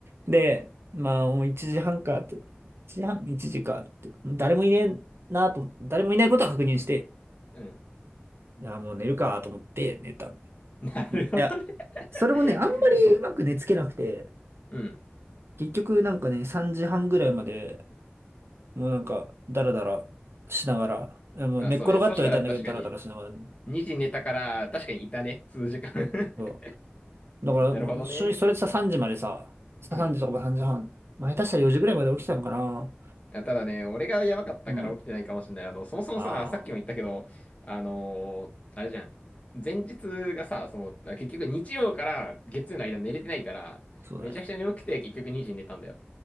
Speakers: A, on the right; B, on the left.
A: で、まあもう1時半かって、1時半、1時かって、誰もいねえなと思って、誰もいないことは確認して、
B: うん。
A: いや、もう寝るかと思って寝たんだ。
B: なるほどね。
A: いや、それもね、
B: <laughs>
A: あんまりうまく寝つけなくて、
B: そう。うん。
A: 結局なんかね、3時半ぐらいまでもうなんか、ダラダラしながら、えもう寝っ転がってはいたんだけど、
B: あ、そうね。そしたら確かに、
A: ダラダラしながらね。
B: 2時寝たから、確かにいたね。数時間 <laughs>
A: そう。だから、
B: なるほどね。
A: もう、正直それでさ、3時までさ、さ3時とか3時半、
B: うん。
A: まあ、下手したら4時ぐらいまで起きてたのかな。
B: あ、ただね、俺がやばかったから起きてないかもしれない。
A: うん。
B: あの、そもそもさ、
A: ああ、
B: さっきも言ったけど、あのーあれじゃん。前日がさ、その、あ結局日曜から月曜の間寝れてないから、
A: そうだね。
B: めちゃくちゃ眠くて結局2時に寝たんだよ。